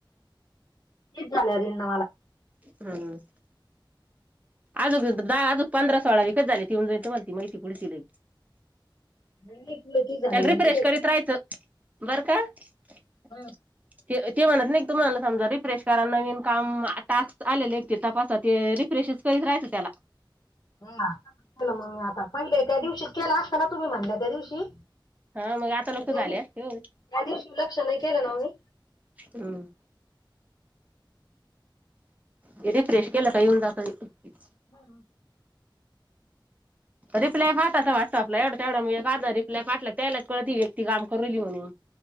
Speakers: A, on the left; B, on the right.
A: <inaudible> ना मला.
B: हम्. अज दहा अजक पंधरा सोळा विकत झाले तऊन जा तुम्हा ती माहिती पुढती.
A: <inaudible>
B: <inaudible>
A: ते हो.
B: ते ते म्हणत नाही तुम्हाला समजा रिफ्रेश करा नवीन काम टास्क आले एक ते तपासा ते. रिफ्रेश करत राहचं त्याला.
A: हा के मग मी आता पणले त्या दिवशी केला असता ना तुम्ही म्हणलं त्या दिवशी.
B: हा मग आता लक्ष
A: त्या
B: झाले
A: दि त्या
B: हम्म
A: दिवशी लक्ष नाही केलं ना मी.
B: हम. ते रिफ्रेश केला काही. <inaudible>
A: हा.
B: रिप्लाय पाटवा व्हॉट्सअपला एवढं. तेवढा <inaudible> रला काटला त्याला कळत ही व्यक्ती काम करवली म्हणून.